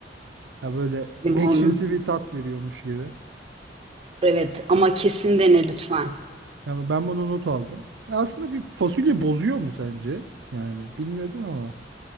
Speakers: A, on the right; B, on the right.
A: Ya böyle
B: Limon.
A: ekşimsi bir tat veriyormuş gibi.
B: Evet ama kesin dene lütfen.
A: Yani ben bunu not aldım. Ya aslında bir fasulye bozuyor mu sence? Yani bilmiyordum ama.